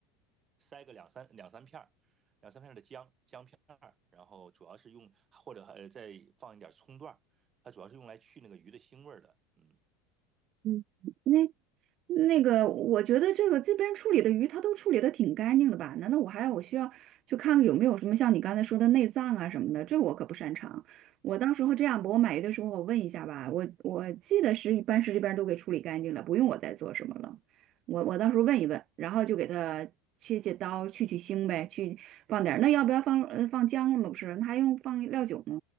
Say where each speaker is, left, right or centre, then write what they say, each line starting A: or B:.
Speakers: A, on the right; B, on the right.
A: 塞个两三两三片儿，两三片儿的姜姜片儿，然后主要是用或者呃再放一点葱段儿，它主要是用来去那个鱼的腥味儿的。嗯，
B: 嗯，那那个，我觉得这个这边处理的鱼，它都处理的挺干净的吧？难道我还要我需要去看看有没有什么像你刚才说的内脏啊什么的？这我可不擅长。我到时候这样吧，
A: 哦
B: 我买鱼的时候我问一下吧，我我记得是一般是这边都给处理干净了，不用我再做什么了。我我到时候问一问，然后就给它切切刀，去去腥呗，去放点儿那要不要放呃放姜了吗？不是，那还用放料酒吗？